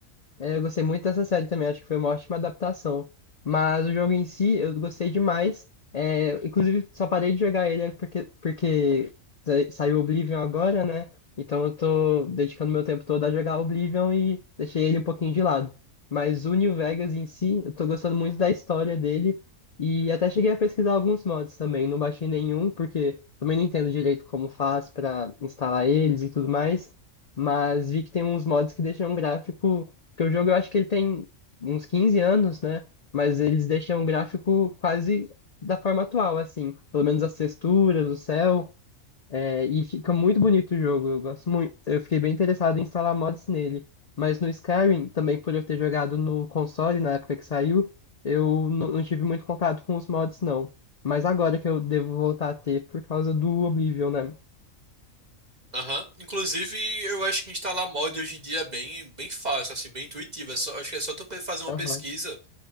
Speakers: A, on the left (about 50°); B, on the right (about 30°).
A: É, Eu gostei muito dessa série também, acho que foi uma ótima adaptação. Mas o jogo em si, eu gostei demais. É, inclusive, só parei de jogar ele porque, porque sa- saiu Oblivion agora, né? Então eu tô dedicando meu tempo todo a jogar Oblivion e deixei ele um pouquinho de lado. Mas o New Vegas em si, eu tô gostando muito da história dele. E até cheguei a pesquisar alguns mods também. Não baixei nenhum, porque também não entendo direito como faz pra instalar eles e tudo mais. Mas vi que tem uns mods que deixam um gráfico. Porque o jogo eu acho que ele tem uns 15 anos, né? Mas eles deixam o gráfico quase da forma atual, assim. Pelo menos as texturas, o céu. é, e fica muito bonito o jogo. Eu gosto muito. Eu fiquei bem interessado em instalar mods nele. Mas no Skyrim, também por eu ter jogado no console na época que saiu, eu não não tive muito contato com os mods, não. Mas agora que eu devo voltar a ter por causa do Oblivion, né?
B: Aham. Inclusive, eu acho que instalar mod hoje em dia é bem, bem fácil, assim, bem intuitivo. É só- acho que é só tu pe- fazer uma
A: Aham.
B: pesquisa.